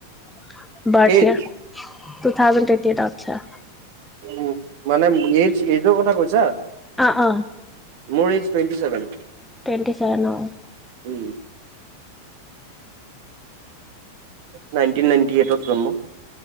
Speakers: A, in the centre; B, on the right (about 50°).
A: বাৰ্থ
B: এইজ
A: ইয় থ
B: উ মানে এই এইযোৰ কথা কৈছা
A: অ অ
B: মোৰ age twenty seven
A: twenty seven অ
B: উ নাইনটিন নাইনটি এইটত জন্ম